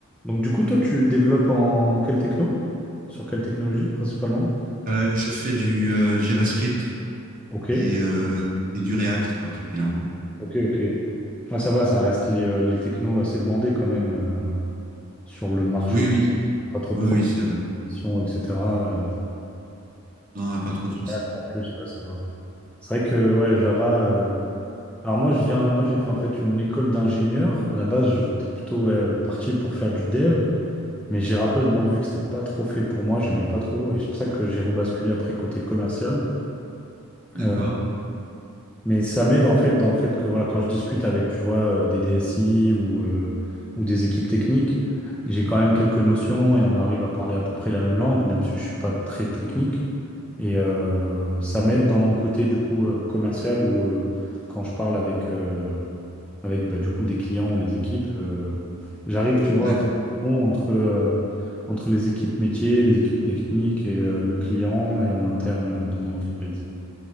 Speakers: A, in the centre; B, on the right.
A: Donc du coup, toi, tu développes en quelle techno? Sur quelle technologie principalement?
B: Euh, je fais du euh, JavaScript
A: Ok,
B: et, euh, et du React particulièrement.
A: ok, ok. Ah, ça va, ça reste les, euh, les technos assez demandés quand même euh, sur le marché.
B: Oui, oui,
A: Pas trop
B: oui,
A: de
B: oui, c'est vrai.
A: propositions, etc. euh,
B: Non, on n'a pas trop de soucis.
A: React en plus, ouais, ça va. C'est vrai que ouais, Java. euh, Alors moi, je viens, moi j'ai fait en fait une école d'ingénieur. À la base, j'étais plutôt ouais, parti pour faire du dev, mais j'ai rapidement vu que c'était pas trop fait pour moi. J'aimais pas trop, et c'est pour ça que j'ai rebasculé après côté commercial.
B: D'accord,
A: Euh, Mais ça m'aide en fait dans le fait que voilà, quand je discute avec, tu vois, euh, des DSI ou, euh, ou des équipes techniques, j'ai quand même quelques notions et on arrive à parler à peu près la même langue, même si je suis pas très technique. Et euh, ça m'aide dans mon côté du coup euh, commercial où euh, quand je parle avec, euh, avec bah, du coup des clients ou les équipes, euh, j'arrive, tu vois,
B: d'accord,
A: à faire le pont entre, euh, entre les équipes métiers, les équipes techniques et euh, le client et en interne euh, dans mon entreprise.